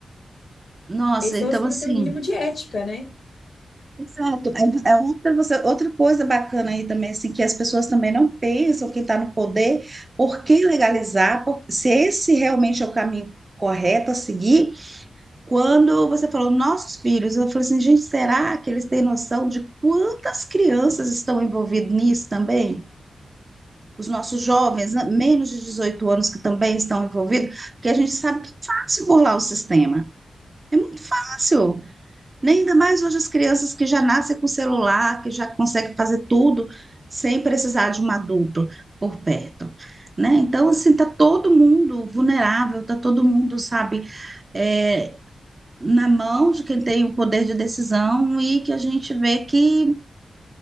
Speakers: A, on the right (about 25°); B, on the left (about 60°).
A: Nossa,
B: pessoas
A: então
B: que
A: assim.
B: não têm o mínimo de ética, né?
A: Exato. É é outra, você- outra coisa bacana aí também, assim, que as pessoas também não pensam, quem está no poder, por que legalizar? Por- se esse realmente é o caminho correto a seguir, quando você falou nossos filhos, eu falei assim, gente, será que eles têm noção de quantas crianças estão envolvidas nisso também? Os nossos jovens, né, menos de 18 anos, que também estão envolvidos, porque a gente sabe que é fácil burlar o sistema. É muito fácil
B: Sim.
A: né? Ainda mais hoje as crianças que já nascem com celular, que já conseguem fazer tudo sem precisar de um adulto por perto. Né? Então, assim, tá todo mundo vulnerável, tá todo mundo, sabe, é, na mão de quem tem o poder de decisão e que a gente vê que